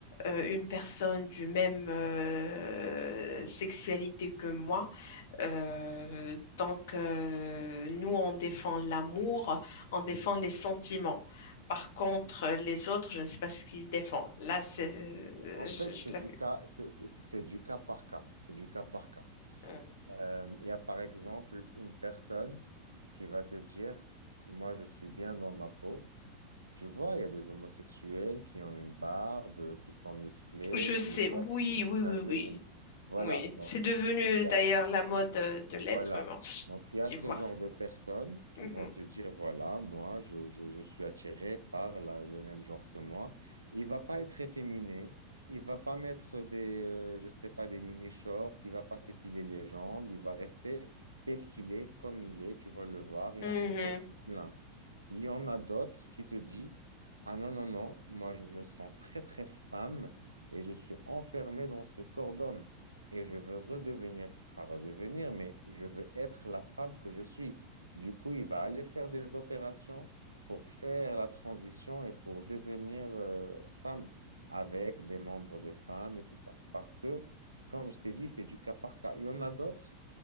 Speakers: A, on the left; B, on the right.
A: euh, une personne du même euh, sexualité que moi. Euh, donc, euh, nous, on défend l'amour, on défend les sentiments. Par contre, euh, les autres, je ne sais pas ce qu'ils défendent. Là, c'est,
B: En
A: je,
B: fait,
A: je
B: c'est
A: l'ai
B: du
A: vu.
B: cas, c'est c'est- c'est du cas par cas. C'est du cas par cas.
A: Hum.
B: Euh, il y a par exemple une personne qui va te dire, moi je suis bien dans ma peau. Tu vois, il y a des homosexuels qui ont une barbe, qui sont musclés,
A: Je
B: tu
A: sais,
B: le vois,
A: oui,
B: tu te dis
A: oui,
B: que c'est
A: oui,
B: un
A: oui,
B: viril. Voilà,
A: oui.
B: donc
A: C'est devenu
B: il y
A: d'ailleurs
B: a,
A: la mode euh, de l'être,
B: voilà.
A: mais bon,
B: Donc, il y a
A: tu
B: ce
A: vois.
B: genre de personnes qui
A: Mhm.
B: vont te dire, voilà, moi, je, je- je suis attiré par la- le même genre que moi. Il va pas être efféminé. Il va pas mettre des, euh, je sais pas, des mini-shorts. Il va pas s'épiler les jambes. Il va rester tel qu'il est, comme il est. Tu vas le voir. Il
A: Mhm.
B: y a un côté masculin. Il y en a d'autres qui te disent, ah non, non, non, moi je me sens très, très femme et je suis enfermée dans ce corps d'homme et je veux redevenir, pas redevenir, mais je veux être la femme que je suis. Du coup, il va aller faire des opérations pour faire la transition et pour devenir euh, femme avec des membres de femme et tout ça. Parce que, comme je t'ai dit, c'est du cas par cas. Il y en a d'autres